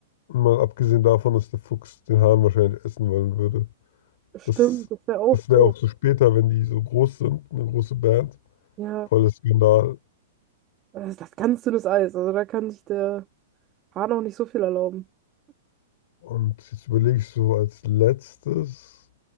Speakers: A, on the left (about 55°); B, on the right (about 30°).
A: Mal abgesehen davon, dass der Fuchs den Hahn wahrscheinlich essen wollen würde.
B: Stimmt,
A: Das,
B: das wäre auch
A: das wäre
B: doof.
A: auch so später, wenn die so groß sind, eine große Band.
B: Ja,
A: Voller Skandal.
B: das ist das ganz dünnes Eis, also da kann sich der Hahn auch nicht so viel erlauben.
A: Und jetzt überlege ich so als letztes,